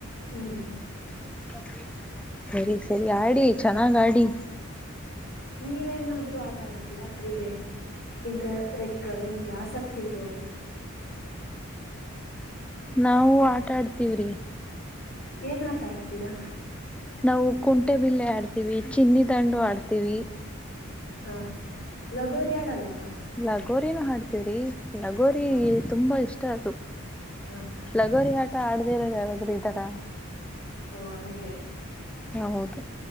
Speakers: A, on the left; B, in the centre.
A: ಹ್ಮ್
B: <inaudible> ಸರಿ ಸರಿ ಆಡಿ. ಚೆನ್ನಾಗಾಡಿ.
A: ನೀವೇನಾದ್ರರು ಆಟ ಆಡ್ತೀರಾ ಕ್ರೀಡೆ. ಇಂಟ್ರ ಲೈಕ್ ನಿಮ್ಗೆ ಆಸಕ್ತಿ ಇರೋದು.
B: ನಾವು ಆಟ ಆಡ್ತೀವ್ರಿ.
A: ಏನ್ ಆಟ ಆಡ್ತೀರಾ.
B: ನಾವು ಕುಂಟೆ ಬಿಲ್ಲೆ ಆಡ್ತೀವಿ, ಚಿನ್ನಿ ದಂಡು ಆಡ್ತೀವಿ.
A: ಹಾ ಲಗೋರಿಯಾಡಲ್ವಾ.
B: ಲಗೋರಿನು ಹಾಡ್ತವ್ರಿ. ಲಗೋರಿ
A: ಹ
B: ತುಂಬಾ ಇಷ್ಟ ಅದು
A: ಹ
B: ಲಗೋರಿ ಆ ಆಟ ಆಡ್ದೇ ಇರೋರು ಯಾರಾದ್ರರು ಇದರ.
A: ಓ ಹಂಗೆ.
B: ಹೌದು.